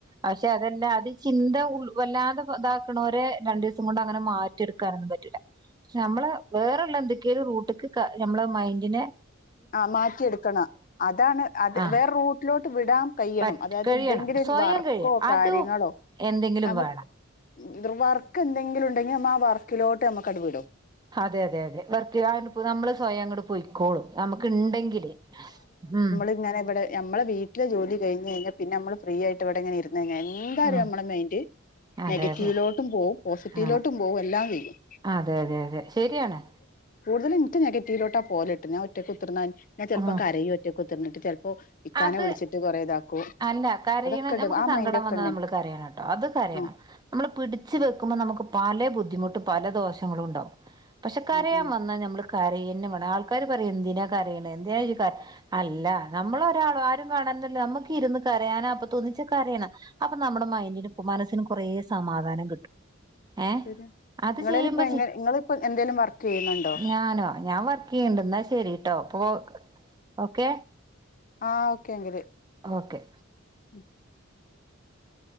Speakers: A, on the right; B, on the left.
A: പക്ഷെ അതെല്ല അത് ചിന്ത ഉൾ വല്ലാതെ ഇതാക്കണവരെ രണ്ടു ദിവസം കൊണ്ട് അങ്ങനെ മാ റ്റിട്ക്കാനൊന്നും പറ്റുല്ല പക്ഷെ നമ്മള് വെറള്ള എന്തൊക്കെയും റൂട്ടക്ക് നമ്മളെ മൈന്ഡിനെ
B: ആ മാറ്റിയെടുക്കണ അതാണ് അത്
A: ആഹ്
B: വേറെ റൂട്ടിലോട്ട് വിടാം കയ്യണം
A: പറ്റ്
B: അതായത്
A: കഴിയണം
B: എന്തെങ്കിലുരു
A: സ്വയം
B: വർക്കോ
A: കഴിയണം
B: കാര്യങ്ങളോ
A: അതും എന്തെങ്കിലും
B: നമക്ക്-
A: വേണം
B: വർക്ക് എന്തെങ്കിലും ഇണ്ടെങ്കി നമ്മ ആ വർക്കിലോട്ട് നമ്മക്ക് അടപടും
A: അതെ അതെ അതെ വെറുതെയാണെപ്പത് നമ്മള് സ്വയങ്ങട് പോയ്ക്കോളും നമക്ക് ഇണ്ടെങ്കില് മ്
B: ങ്ങനെ ഇബടെ നമ്മെളേ വീട്ടില് ജോലി കഴിഞ്ഞ് ഴിഞ്ഞാ പിന്നെ നമ്മ ഫ്രീയിട്ട് ഇവിടെ ഇങ്ങനെ ഇരുന്ന് കഴിഞ്ഞാ എന്തായാലും
A: ഉം
B: നമ്മളേ മൈൻഡ്
A: അതെ
B: നെഗറ്റീവിലോട്ടും
A: അതെ
B: പോവും പോസിറ്റീവിലോട്ടും
A: ആഹ്
B: പോവും എല്ലാം വരും
A: അതെ അതെ അതെ ശെരിയാണ്
B: കൂടുതല ഇന്ക് നെഗറ്റീവിലോട്ട് പോലെട്ട് ഞാ ഒറ്റക്ക് കുത്തിർന്നാ ഞാ ൻ ചെലപ്പ
A: ഉം
B: കരയൊ ഒറ്റക് കുത്തിർനിട്ട് ചെല്പ്പോ ഇക്കാനെ
A: അത്
B: വിളിച്ചിട്ട് കുറേ ഇതാക്കും
A: അല്ല കരയണെ
B: അതൊക്കെ ഇണ്ട്
A: നമക്ക്
B: ആ
A: സങ്കടം
B: മൈൻഡ് ഒക്കെ
A: വന്ന്
B: ഇണ്ട്
A: നമ്മൾ കരയണം കേട്ടോ അത് കരയണം
B: ആഹ്
A: നമ്മള് പിടിച്ച് വെക്കുമ്പോ നമക്ക് പല ബുദ്ധിമുട്ടും പല ദോഷങ്ങളും ഇണ്ടാവും പക്ഷെ കരയാൻ
B: ഉം ഉം
A: വന്നാ നമ്മള് കരയന്നെ വേണം ആൾ ആൾക്കാര് പറയും എന്തിന കരയണെ എന്തിനായ് കരിണെ അല്ല നമ്മള ഒരാളോ ആരും കാണണ്ടല്ലോ ര്ന്ന് കയാനാപ്പതോന്നിച്ച കരയണം അപ്പൊ നമ്മുടെ മൈന്ഡിനും മനസ്സിനും കൊറേ സമാധാനം കിട്ടും ഏ
B: ശരിയാ
A: അത്
B: നിങ്ങളേല്
A: ചെയ്യുമ്പ
B: ഇപ്പ എങ്ങനെ നിങ്ങളിപ്പോ എന്തേലും വർക്ക് ചെയ്യുന്നുണ്ടോ
A: ഞാനോ ഞാൻ വെർ ചെയ്യണ്ട് ന്നാ ശരിട്ടോ പ്പൊ ഓക്കെ
B: ആ ഓക്കെ എങ്കില്
A: ഓക്കെ
B: ഉം